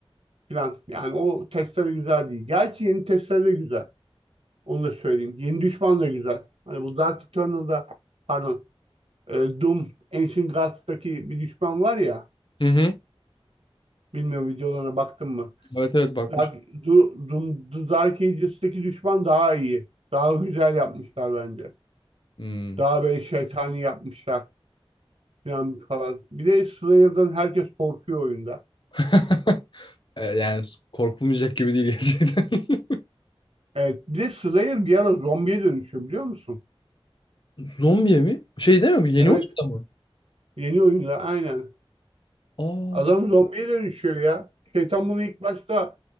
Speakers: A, on the right; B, on the left.
A: filan. Yani o testere güzel değil. Gerçi yeni testere de güzel. Onu da söyleyeyim. Yeni Düşman da güzel. Hani bu Dark Eternal'da pardon e, Doom Ancient Gods'taki bir düşman var ya.
B: Hı hı.
A: Bilmiyorum videolarına baktın mı?
B: Evet evet bakmış.
A: Dark, Du- Doom, The Dark Ages'taki düşman daha iyi. Daha güzel yapmışlar bence.
B: Hmm.
A: Daha böyle şeytani yapmışlar falan falan. Bir de Slayer'dan herkes korkuyor oyunda.
B: <laughs> E, Yani korkulmayacak gibi değil gerçekten. <laughs>
A: Evet. Bir de Slayer bir ara zombiye dönüşüyor biliyor musun?
B: Zombiye mi? Şey değil mi? bu? Yeni
A: Evet.
B: oyunda mı?
A: Yeni oyunda aynen.
B: Aa.
A: Adam zombiye dönüşüyor ya. Şeytan bunu ilk başta